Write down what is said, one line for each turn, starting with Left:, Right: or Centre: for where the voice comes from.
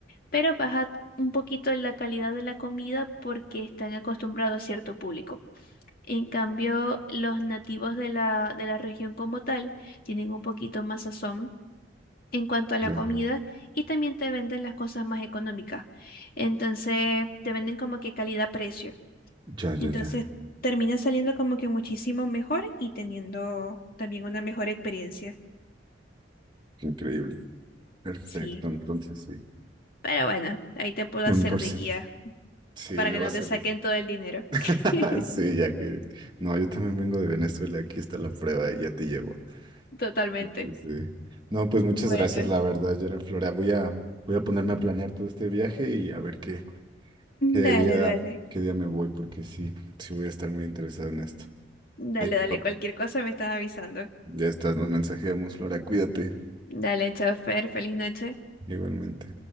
Left: pero baja un poquito la calidad de la comida porque están acostumbrados a cierto público. En cambio, los nativos de la, de la región como tal tienen un poquito más sazón en cuanto a la
Right: ya,
Left: comida y también te venden las cosas más económicas. Entonces, te venden como que calidad-precio.
Right: ya, ya,
Left: Entonces,
Right: ya.
Left: termina saliendo como que muchísimo mejor y teniendo también una mejor experiencia.
Right: Qué Increíble. Perfecto,
Left: Sí,
Right: entonces sí.
Left: pero bueno, ahí te puedo
Right: 100%.
Left: hacer de guía
Right: Sí,
Left: para
Right: me
Left: que
Right: va
Left: no
Right: a servir.
Left: te saquen todo el dinero. <laughs>
Right: <laughs> Sí, ya que... No, yo también vengo de Venezuela, aquí está la prueba y ya te llevo.
Left: Totalmente.
Right: Sí, sí. No, pues muchas
Left: Bueno,
Right: gracias, la verdad, Gerard Flora. Voy a, voy a ponerme a planear todo este viaje y a ver qué, ¿Qué
Left: dale,
Right: día,
Left: dale.
Right: qué día me voy? Porque sí, sí voy a estar muy interesado en esto.
Left: Dale,
Right: Ahí te
Left: dale,
Right: va.
Left: cualquier cosa me estás avisando.
Right: Ya estás, nos mensajeamos, Flora, cuídate.
Left: Dale, chofer, feliz noche.
Right: Igualmente.